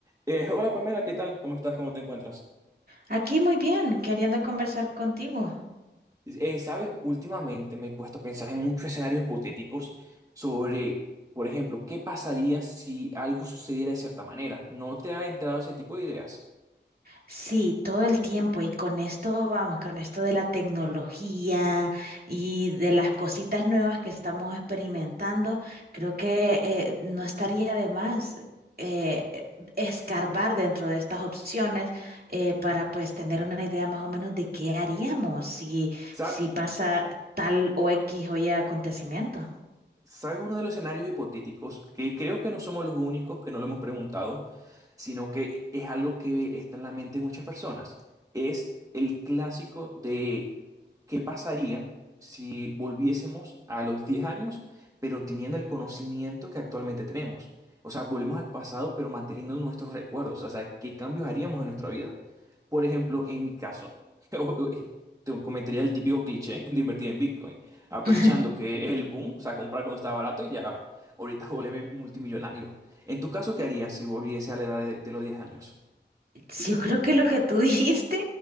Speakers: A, on the right; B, on the right.
A: Eh, hola Pamela, ¿qué tal? ¿Cómo estás? ¿Cómo te encuentras?
B: Aquí muy bien, queriendo conversar contigo.
A: Eh, sabes, últimamente me he puesto a pensar en muchos escenarios hipotéticos sobre, por ejemplo, qué pasaría si algo sucediera de cierta manera. ¿No te ha entrado ese tipo de ideas?
B: Sí, todo el tiempo y con esto, vamos, con esto de la tecnología y de las cositas nuevas que estamos experimentando, creo que eh, no estaría de más eh, eh, escarbar dentro de estas opciones eh, para pues tener una idea más o menos de qué haríamos si,
A: Sa-
B: si pasa tal o X o Y acontecimiento.
A: ¿Sabes uno de los escenarios hipotéticos? Que creo que no somos los únicos que no lo hemos preguntado, sino que es algo que está en la mente de muchas personas. Es el clásico de qué pasaría si volviésemos a los 10 años, pero teniendo el conocimiento que actualmente tenemos. O sea, volvemos al pasado, pero manteniendo nuestros recuerdos. O sea, ¿qué cambios haríamos en nuestra vida? Por ejemplo, en mi caso, <laughs> te comentaría el típico cliché de invertir en Bitcoin aprovechando
B: <laughs>
A: que es el boom, o sea, comprar cuando estaba barato y ya ahorita <laughs> volverme multimillonario. En tu caso, ¿qué harías si volviese a la edad de, de los diez años?
B: Sí, Yo creo que lo que tú <laughs> dijiste